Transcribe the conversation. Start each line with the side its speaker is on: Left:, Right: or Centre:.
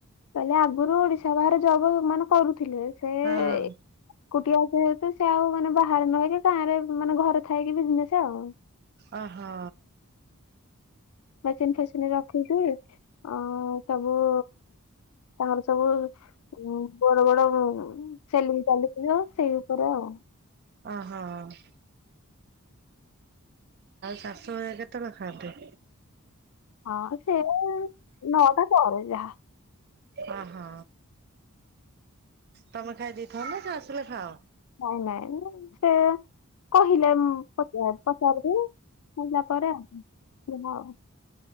Left: କହିଲେ ଆଗରୁ ଓଡିଶା ବାହାରେ ଜବ ମାନେ କରୁଥିଲେ, ସେ
Right: ହଁ
Left: ଏକୁଟିଆ
Right: ହଁ
Left: ସେ ତ ସେ ଆଉ ମାନେ ବାହାରେ ନରହିକି ଗାଁ ରେ ମାନେ ଘର ଥାଇକି ବିଜନେସ ଆଉ।
Right: ଓହୋ।
Left: ମେସିନ୍ ଫେସିନ ରଖିକି ଅ ସବୁ ତାର ସବୁ ବଡ ବଡ ସେଲିଙ୍ଗ ଚାଲିଛି ଯୋଉ ସେ ଉପରେ ଆଉ।
Right: ଅହ ଆଉ ଶାଶୁ ଘରେ କେତେବେଳେ ଖାଆନ୍ତି?
Left: ହଁ ସେ ନଅଟା ପରେ ଯାହା।
Right: ଅହୋ ତମେ ଖାଇ ଦେଇଥାଅ ନା ସେ ଆସିଲେ ଖାଅ?
Left: ନାଇଁ ନାଇଁ ସେ କହିଲେ ପଚାରିବି କହିଲା ପରେ ଆ ହଁ।